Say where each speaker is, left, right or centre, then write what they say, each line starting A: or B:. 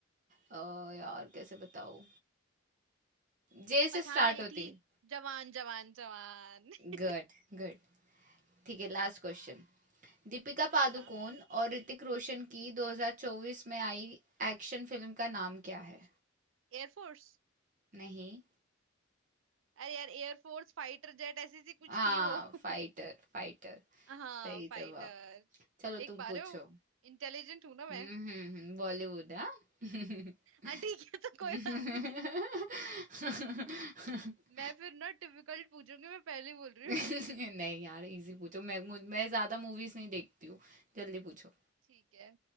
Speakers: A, on the right; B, on the right.
A: अ, यार कैसे बताओ जे से
B: पठान
A: स्टार्ट
B: आई
A: होती
B: थी
A: है।
B: जवान जवान जवान <laughs>
A: गुड गुड ठीक है लास्ट क्वेश्चन दीपिका पादुकोण
B: अच्छा
A: और ऋतिक रोशन की 2024 में आई एक्शन फिल्म का नाम क्या है
B: एयरफोर्स
A: नहीं
B: अरे यार एयरफोर्स फाइटर जेट ऐसी सी कुछ
A: हाँ
B: थी वो <laughs>
A: फाइटर फाइटर
B: हाँ
A: सही
B: फाइटर
A: जवाब चलो
B: देख
A: तुम
B: पा
A: पूछो
B: रहे हो इंटेलिजेंट हूं ना मैं
A: हम्म हम्म बॉलीवुड हाँ
B: हाँ ठीक है तो कोई
A: <laughs>
B: बात नहीं <laughs> मैं फिर ना डिफिकल्ट पूछूंगी मैं पहले ही बोल रही
A: <laughs> नहीं
B: हूँ
A: यार इजी पूछो मैं मुझ, मैं ज्यादा मूवीज नहीं देखती हूँ जल्दी पूछो
B: <laughs> ठीक है